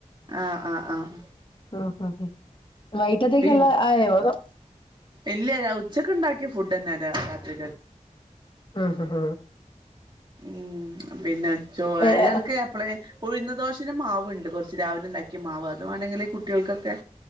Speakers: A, on the right; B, on the left.
A: ആ ആഹ് ആഹ്
B: ആ ആ വൈകിട്ടേത്തേക്കുള്ള
A: പിൻ
B: ആയോ അതോ
A: ഇല്ല. ഉച്ചക്ക് ഉണ്ടാക്കിയ ഫുഡ് തന്നെ താ രാത്രിക്ക
B: ആഹ ഹ
A: ഉം പിന്നെ ചോ
B: ഏഹ്
A: അരിടക്ക എപ്പളെ ഉഴുന്ന് ദോശൻ്റെ മാവുണ്ട് കുറച്ച്. രാവിലെ ഉണ്ടാക്കി മാവ് അത് വേണെങ്കില് കു ട്ടികൾക്കൊക്കെ